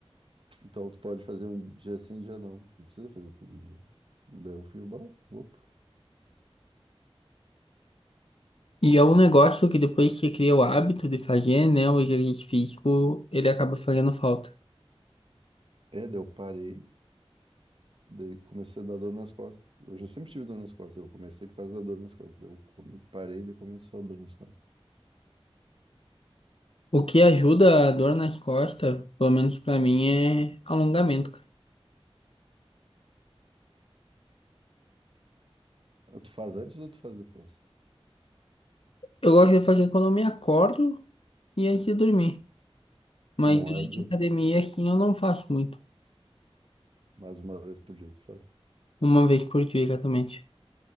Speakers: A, on the right; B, on the left.
A: Então tu pode fazer um dia sim, dia não. Não precisa fazer todo dia. Daí eu fui, bah, opa.
B: E é um negócio que depois que você cria o hábito de fazer, né? O exercício físico, ele acaba fazendo falta.
A: É, daí eu parei, daí comecei a dar dor nas costas. Eu já sempre tive dor nas costas, eu comecei por causa da dor nas costas. Daí Eu come- parei, daí começou a dor nas costas.
B: O que ajuda a dor nas costas, pelo menos pra mim, é alongamento, cara.
A: Ah, Tu faz antes ou tu faz depois?
B: Eu gosto de fazer quando eu me acordo e antes de dormir. Mas
A: Não
B: durante
A: é depois
B: a academia, assim, eu não faço muito.
A: Mas uma vez por dia tu faz.
B: Uma vez por dia, exatamente.